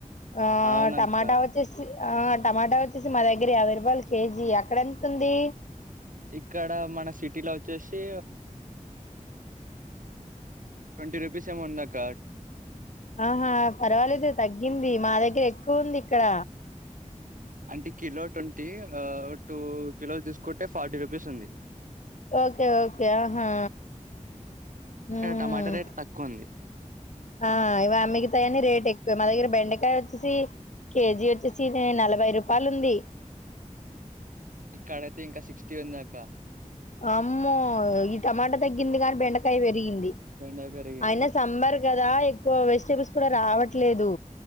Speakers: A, on the left; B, on the right.
A: ఆ,
B: అవునక్క
A: టమాటా వచ్చేసి. ఆ, టమాటా వచ్చేసి మా దగ్గర యాభై రూపాయలు కేజీ. అక్కడ ఎంత ఉంది?
B: ఇక్కడ మన సిటీలో వచ్చేసి, ట్వంటీ రూపీస్ ఏమో ఉందక్క.
A: ఆహా, పర్వాలేదే తగ్గింది. మా దగ్గర ఎక్కువ ఉంది ఇక్కడ.
B: అంటే కిలో ట్వంటీ. టూ కిలోస్ తీసుకుంటే, ఫార్టీ రూపీస్ ఉంది.
A: Okay okay. ఆహా!
B: ఇక్కడ,
A: ఉమ్
B: టమాటా రేట్ తక్కువ ఉంది.
A: ఆ ఇవి మిగతాయన్ని రేట్ ఎక్కువ మా దగ్గర. బెండకాయ వచ్చేసి, కేజీ వచ్చేసి నలభై రూపాయలు ఉంది.
B: ఇక్కడ అయితే, ఇంకా సిక్స్టీ ఉన్నదక్క.
A: అమ్మో, ఈ టమాటా తగ్గింది గానీ, బెండకాయ వే రిగింది
B: బెండ పెరిగింది
A: అయిన, సాంబార్ కదా. ఎక్కువ వెజిటేబుల్స్ కూడా రావట్లేదు.